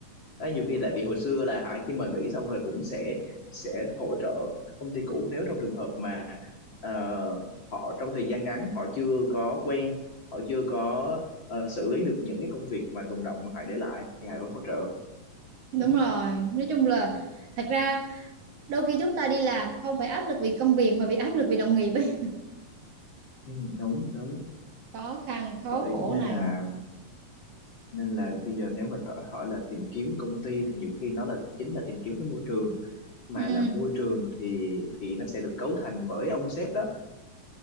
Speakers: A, on the left; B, on the right.
A: Đấy, nhiều khi tại vì hồi xưa là Hải khi mà nghỉ xong rồi cũng sẽ sẽ hỗ trợ công ty cũ nếu trong trường hợp mà ờ, họ trong thời gian ngắn họ chưa có quen họ chưa có ờ, xử lý được những cái công việc mà tồn đọng mà Hải để lại thì Hải vẫn hỗ trợ
B: đúng
A: ừ,
B: rồi nói chung là thật ra đôi khi chúng ta đi làm không phải áp lực vì công việc mà vì áp lực vì đồng nghiệp ấy
A: ừ, đúng đúng
B: khó khăn khó
A: bởi
B: khổ
A: nên
B: này
A: là nên là bây giờ nếu mà tỏ- hỏi là tìm kiếm công ty thì nhiều khi nó là chính là tìm kiếm cái môi trường mà
B: ừ
A: là môi trường thì thì nó sẽ được cấu thành bởi ông sếp đó